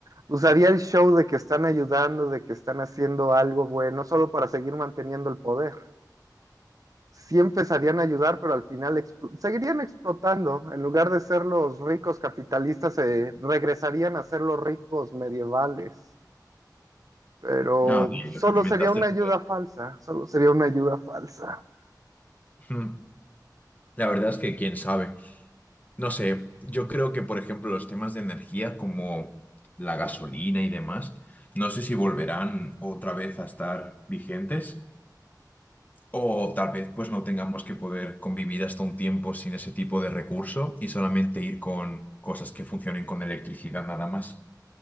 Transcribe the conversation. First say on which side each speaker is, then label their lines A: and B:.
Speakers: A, on the right; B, on the left.
A: usaría el show de que están ayudando, de que están haciendo algo bueno, solo para seguir manteniendo el poder. sí empezarían a ayudar, pero al final expl- seguirían explotando. En lugar de ser los ricos capitalistas, se regresarían a ser los ricos medievales. Pero
B: Ah, bien,
A: solo
B: lo que comentaste.
A: sería una ayuda falsa, solo sería una ayuda falsa.
B: Mm. La verdad es que quién sabe. No sé, yo creo que, por ejemplo, los temas de energía como la gasolina y demás, no sé si volverán otra vez a estar vigentes o tal vez pues no tengamos que poder convivir hasta un tiempo sin ese tipo de recurso y solamente ir con cosas que funcionen con electricidad nada más.